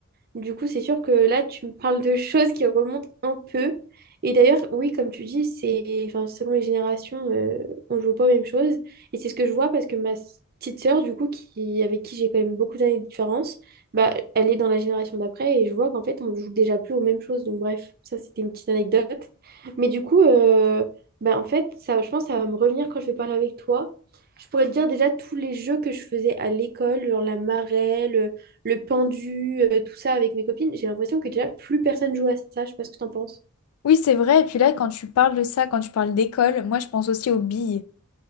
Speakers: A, on the right (about 45°); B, on the left (about 85°).
A: Du coup, c'est sûr que là, tu me parles de <laughs> choses qui remontent un peu. Et d'ailleurs, oui, comme tu dis, c'est enfin, selon les générations, euh, on joue pas aux mêmes choses. Et c'est ce que je vois parce que ma s- petite sœur, du coup, qui... avec qui j'ai quand même beaucoup d'années de différence, bah, elle est dans la génération d'après et je vois qu'en fait, on joue déjà plus aux mêmes choses. Donc, bref, ça, c'était une petite anecdote. Mais du coup, euh, bah, en fait, ça, je pense que ça va me revenir quand je vais parler avec toi. Je pourrais te dire déjà tous les jeux que je faisais à l'école, genre la marelle, le, le pendu, euh, tout ça avec mes copines. J'ai l'impression que déjà plus personne joue à ça. Je sais pas ce que t'en penses. <gasps>
B: Oui, c'est vrai. Et puis là, quand tu parles de ça, quand tu parles d'école, moi, je pense aussi aux billes.